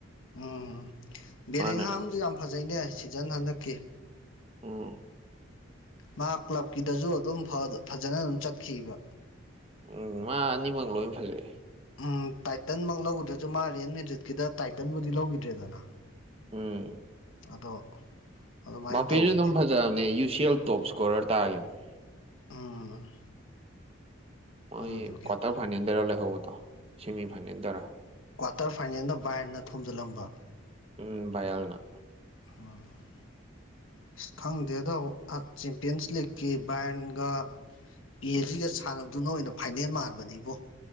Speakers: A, on the left; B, on the right.
A: ꯎꯝ ꯕꯦꯂꯦꯡ
B: ꯃꯥꯅ
A: ꯍꯥꯥꯝꯁꯨ ꯌꯥꯝ ꯐꯖꯩꯅꯦ ꯁꯤꯖꯟ ꯍꯟꯗꯛꯀꯤ
B: ꯑꯣ
A: ꯃꯍꯥꯛ ꯀ꯭ꯂꯕꯀꯤꯗꯁꯨ ꯑꯗꯨꯝ ꯐꯖꯅ ꯑꯗꯨꯝ ꯆꯠꯈꯤꯕ
B: ꯎꯝ ꯃꯥ ꯑꯅꯤꯃꯛ ꯂꯣꯏ ꯐꯖꯩ
A: ꯎꯝ ꯇꯥꯏꯇꯟꯃꯛ ꯂꯧꯒꯗ꯭ꯔꯁꯨ ꯃꯥ ꯔꯦꯟ ꯃꯦꯗ꯭ꯔꯤꯠꯀꯤꯗ ꯇꯥꯏꯇꯟꯕꯨꯗꯤ ꯂꯧꯈꯤꯗ꯭ꯔꯦꯗꯅ
B: ꯎꯝ
A: ꯑꯗꯣ ꯑꯗꯨꯃꯥꯏꯅ
B: ꯕꯥꯄꯤꯁꯨ
A: ꯇꯧꯋꯤꯅꯦ
B: ꯑꯗꯨꯝ ꯐꯖꯕꯅꯦ ꯌꯨ ꯁꯤ ꯑꯦꯜ ꯇꯣꯞ ꯏꯁꯀꯣꯔꯔ ꯇꯥꯈꯤꯕꯅꯦ
A: ꯎꯝ
B: ꯑꯣꯏ
A: ꯑꯗꯨꯗꯨꯒꯤ
B: ꯀꯇꯥ ꯐꯥꯏꯅꯦꯜꯗꯔꯥ ꯂ ꯍꯕ ꯇꯣ ꯁꯤꯦꯃꯤ ꯐꯥꯏꯅꯦꯜꯗꯔꯥ
A: ꯀ꯭ꯋꯥꯇꯔ ꯐꯥꯏꯅꯦꯜꯗ ꯕꯥꯏꯅ ꯊꯣꯝꯖꯤꯜꯂꯝꯕ
B: ꯎꯝ ꯌꯥꯜꯅ
A: ꯑꯥ ꯑꯁ ꯈꯪꯗꯦ ꯑꯗꯣ ꯆꯦꯝꯄꯤꯌꯟꯁ ꯂꯤꯛꯀꯤ ꯕꯥꯏꯟꯒ ꯄꯤ ꯑꯦ ꯒ ꯁꯥꯟꯅꯕꯗꯨꯅ ꯑꯣꯏꯅ ꯐꯥꯏꯅꯜ ꯃꯥꯟꯕꯅꯦꯕꯣ